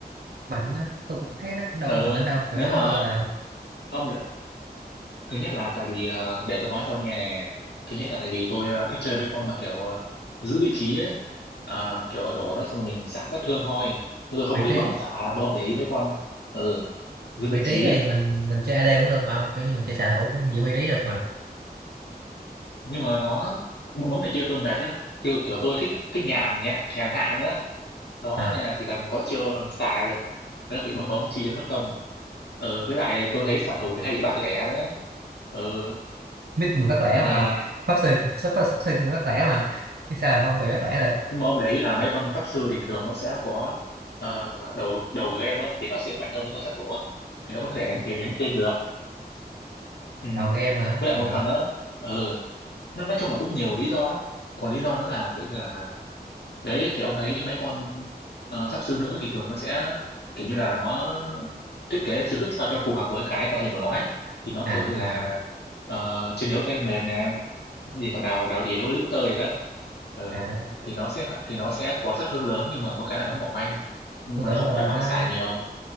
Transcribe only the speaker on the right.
mạnh á, tôi cũng thấy nó cũng đâu
có mạnh lắm đâu kiểu
nó
gọi là
vị
trí
vị
trí thì mình mình chơi AD cũng được mà ông kiểu như mình chơi xạ thủ cũng giữ vị trí được mà
À,
mít mùi bắt lẻ
mà
không pháp sư pháp, pháp, pháp sư mùi bắt lẻ mà chứ sao không bị bắt lẻ được
đầu game mà
à
à
à,
à.
tôi
tưởng
đâu
là
nó